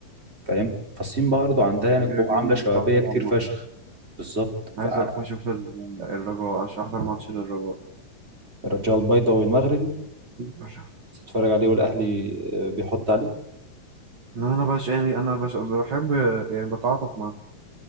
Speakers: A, on the right (about 20°); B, on the right (about 40°).
A: فاهم فالصين برضه عندها يعني
B: الرجال
A: قوة عاملة
B: اللي بيطلع
A: شبابية
B: تلعب
A: كتير
B: معاهم
A: فشخ بالظبط
B: عايز
A: فأنا
B: أروح أشوف ال- الرجاء عشان أحضر ماتش للرجاء
A: الرجاء البيضاوي المغربي
B: بشع
A: بتتفرج عليه والأهلي آه، بيحط عليه
B: انا بش يعني انا بش بحب يعني بتعاطف معاه